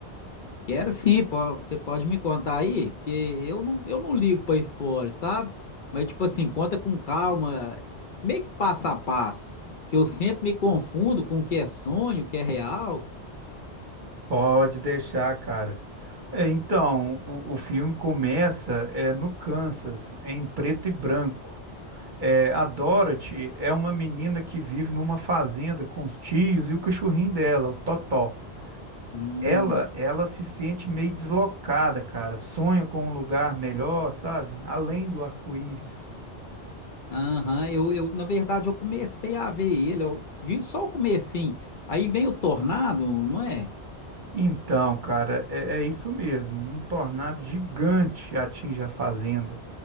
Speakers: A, on the left; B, on the right.
A: Quero sim, po- você pode me contar aí? Porque eu não, eu não ligo pra spoiler, sabe? Mas, tipo assim, conta com calma, meio que passo a passo. Porque eu sempre me confundo com o que é sonho, o que é real.
B: Pode deixar, cara. É, Então, o, o filme começa é, no Kansas, em preto e branco. É, a Dorothy é uma menina que vive numa fazenda com os tios e o cachorrinho dela, o Totó.
A: Hum.
B: Ela, ela se sente meio deslocada, cara. Sonha com um lugar melhor, sabe? Além do arco-íris.
A: Aham, eu, eu, na verdade, eu comecei a ver ele, eu vi só o comecinho. Aí vem o Tornado, não é?
B: Então, cara, é, é isso mesmo. Um tornado gigante atinge a fazenda